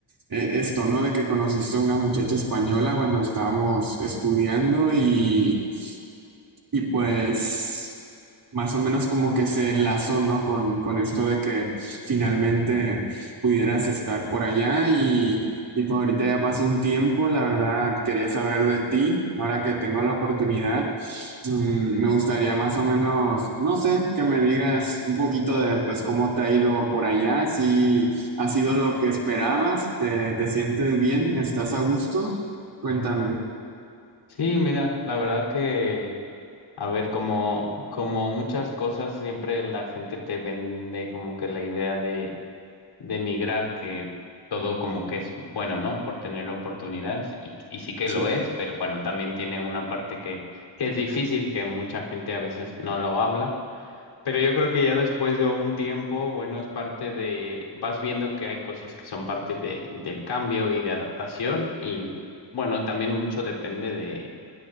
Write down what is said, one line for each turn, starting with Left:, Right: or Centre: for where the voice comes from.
Right: eh, esto, ¿no? De que conociste a una muchacha española cuando estábamos estudiando y, y pues más o menos como que se enlazó, ¿no? Con, con esto de que finalmente pudieras estar por allá y, y pues ahorita ya pasó un tiempo, la verdad quería saber de ti, ahora que tengo la oportunidad, mm, me gustaría más o menos, no sé, que me digas un poquito de pues cómo te ha ido por allá, si ha sido lo que esperabas, te, te sientes bien, estás a gusto, cuéntame,
Left: Sí, mira, la verdad que, a ver, como, como muchas cosas, siempre la gente te vende como que la idea de, de emigrar, que todo como que es bueno, ¿no? Por tener oportunidades, y, y sí que
Right: sí.
Left: lo es, pero bueno, también tiene una parte que, que es difícil, que mucha gente a veces no lo habla. Pero yo creo que ya después de un tiempo, bueno, es parte de, vas viendo que hay cosas que son parte de, del cambio y de adaptación, y bueno, también mucho depende de